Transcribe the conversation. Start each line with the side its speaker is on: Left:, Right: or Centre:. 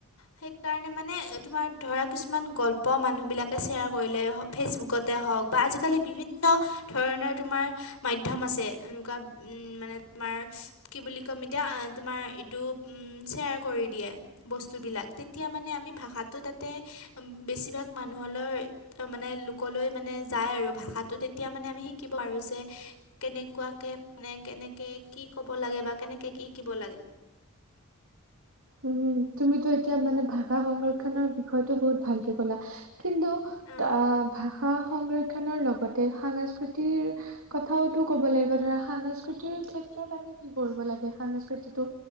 Left: সেইকাৰণে মানে তোমাৰ ধৰা কিছুমান গল্প মানুহবিলাকে শ্বেয়াৰ কৰিলে ফেচবুকতে হওক। বা আজিকালি বিভিন্ন ধৰণৰ তোমাৰ মাধ্যম আছে এনেকুৱা মানে তোমাৰ কি বুলি ক'ম এতিয়া তুমাৰ এইটো উম শ্বেয়াৰ কৰি দিয়ে বস্তু বিলাক তেতিয়া আ ভাষাটো তাতে বেছিভাগ মানুহলৈ মানে লোকলৈ যায় আৰু ভাষাটো তেতিয়া মানে আমি শিকিব পাৰো যে কেনেকুৱাকৈ মানে কেনেকৈ কি? ক'ব লাগে বা কেনেকে কি <unintelligible> লাগে।
Right: উম। তুমটো এতিয়া মানে ভাষা সংৰক্ষণ বিষয়টো বহুত ভালকে কলা কিন্তু
Left: অ
Right: ভাষা সংৰক্ষণৰ লগতে সংস্কৃতিৰ কথাওতো ক'ব লাগিব ধৰা সংস্কৃতিৰ ক্ষেত্ৰত আমি কি কৰিব লাগে সংস্কৃতিতটো